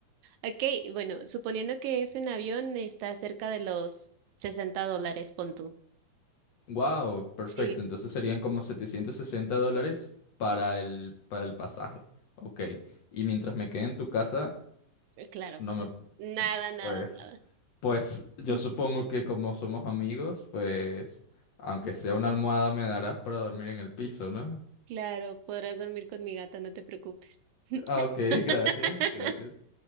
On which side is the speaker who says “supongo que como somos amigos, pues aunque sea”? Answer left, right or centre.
Left